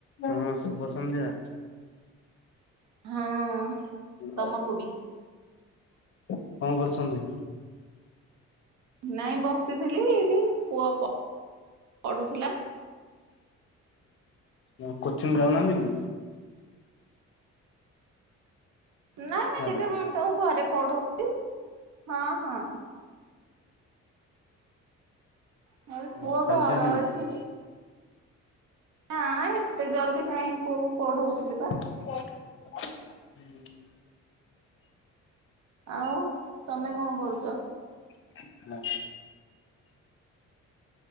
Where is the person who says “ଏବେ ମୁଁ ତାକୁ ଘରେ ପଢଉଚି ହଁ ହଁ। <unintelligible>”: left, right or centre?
Right